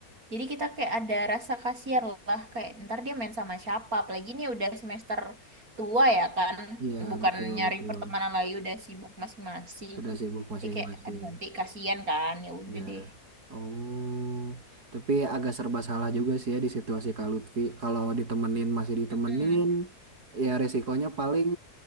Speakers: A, on the right; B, on the right.
A: jadi kita kayak ada rasa kasihan lah kayak ntar dia main sama siapa apalagi ini udah semester tua ya kan
B: Iya
A: bukan
B: betul
A: nyari
B: betul.
A: pertemanan lagi udah sibuk masing-masing
B: Sudah sibuk masing-masing.
A: dia kayak aduh nanti kasihan kan ya udah
B: Ya.
A: deh
B: Oh, tapi agak serba salah juga sih ya di situasi Kak Lutfi. Kalau ditemenin masih ditemenin,
A: Mm-mm,
B: ya resikonya paling